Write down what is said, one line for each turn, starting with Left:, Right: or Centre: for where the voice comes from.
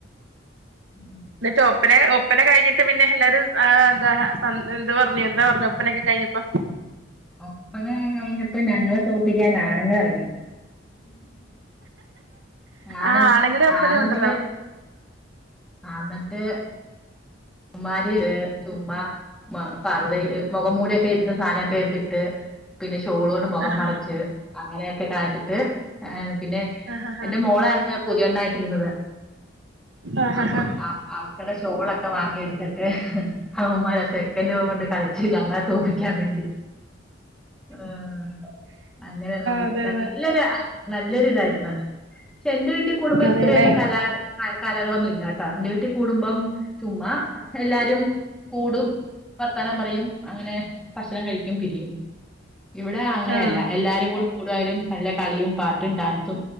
Centre: ഉം
Right: എന്നിട്ട് ഒപ്പന ഒപ്പന കഴിഞ്ഞിട്ട് പിന്നെ എല്ലാരും എന്താ സ എന്ത് പറഞ്ഞു എന്ത് പറഞ്ഞു ഒപ്പനയൊക്കെ കഴിഞ്ഞപ്പോ
Centre: ഒപ്പന കഴിഞ്ഞപ്പോ ഞങ്ങളെ തോപ്പിക്കാൻ ആണുങ്ങൾ ഇറങ്ങി ആണ്
Right: ആഹ് ആണുങ്ങളുടെ ഒപ്പന
Centre: ആണുങ്ങള്
Right: ഉണ്ടല്ലോ
Centre: ആ എന്നിട്ട് അവമ്മാര് ചുമ്മാ മ്മ പറുദയും മുഖം മൂടിയൊക്കെ ഇട്ടിട്ട് സാധനവൊക്കെ എടുത്തിട്ട് പിന്നെ ഷോള് കൊണ്ട് മുഖം
Right: ആഹാ
Centre: മറച്ച് അങ്ങനെയൊക്കെ കാണിച്ചിട്ട് ആ പിന്നെ
Right: ആഹ് ആഹ്
Centre: എന്റെ മോളായിരുന്നു പുതിയണ്ണായിട്ടിരുന്നത്
Right: ആഹ്
Centre: അപ്പം
Right: ആഹ് ആഹ്
Centre: ആ അവക്കടെ ഷോളൊക്കെ വാങ്ങിയെടുത്തിട്ട് അവന്മാരെ സെക്കൻഡ് കൊണ്ട് കളി ചീ ഞങ്ങളെ തോപ്പിക്കാൻ വേണ്ടി ആഹ് അങ്ങനെ ന
Right: അതെ
Centre: നല്ലൊരു
Right: അതെ
Centre: ആ നല്ലൊരു ഇതായിരുന്നു പക്ഷെ എന്റെ വീട്ടിൽ കൂടുമ്പോ ഇത്രയൊന്നും
Right: അതെല്ലേ
Centre: കലാ കലകളൊന്നുംല്ലാട്ടോ എന്റെ വീട്ടിൽ കൂടുമ്പം ചുമ്മാ എല്ലാരും കൂടും വർത്താനം പറയും അങ്ങനെ ഭക്ഷണം കഴിക്കും പിരിയും ഇവിടെ അങ്ങനെയല്ല
Right: ആഹ്
Centre: എല്ലാരും കൂടി കൂടിയാലും നല്ല കളിയും പാട്ടും ഡാൻസും